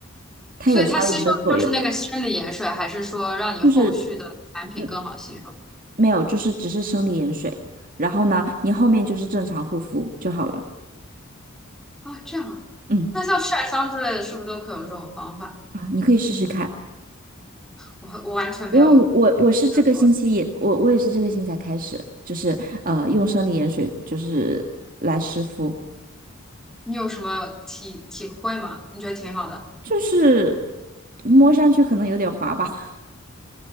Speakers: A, on the right; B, in the centre.
A: 它有消炎的作用，
B: 所以它吸收的就是那个生理盐水，还是说让你后续的产品更好吸收？
A: 就是嗯没有，就是只是生理盐水，然后呢，你后面就是正常护肤就好了。
B: 啊，这样啊。
A: 嗯
B: 那像晒伤之类的，是不是都可以用这种方法？
A: 啊，你可以试试看，
B: 我我完全没有试过，
A: 因为我我我是这个星期也我我也是这个星期才开始，就是呃用生理盐水就是来湿敷，
B: 你有什么体体会吗？你觉得挺好的，
A: 就是摸上去可能有点滑吧。